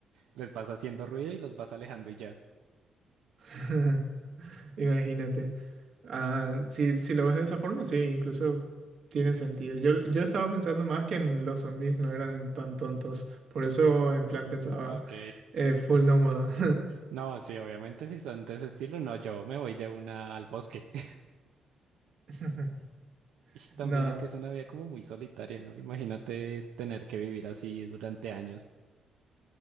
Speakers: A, on the right; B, on the right.
A: Les vas haciendo ruido y los vas alejando y ya.
B: <laughs> Imagínate. Ah, si, si lo ves de esa forma, sí, incluso tiene sentido. Yo, yo estaba pensando más que en los zombies no eran tan tontos. Por eso, en plan, pensaba
A: Ok.
B: eh, full nómada.
A: No, sí, obviamente si son de ese estilo, no, yo me voy de una al bosque. <laughs>
B: <laughs>
A: Y también
B: Nada.
A: es que es una vida como muy solitaria, ¿no? Imagínate tener que vivir así durante años.